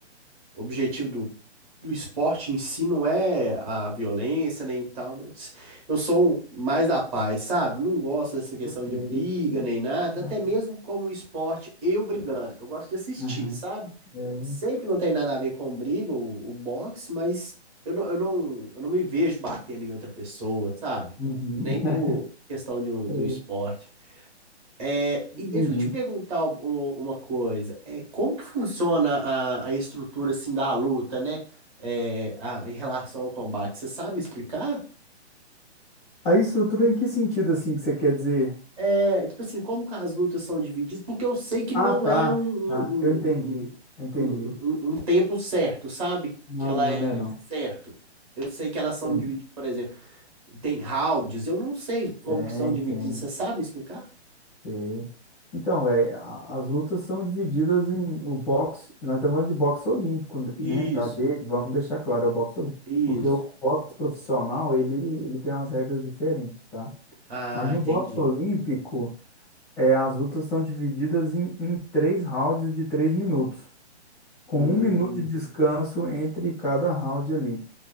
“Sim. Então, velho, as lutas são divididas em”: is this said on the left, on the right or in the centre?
Centre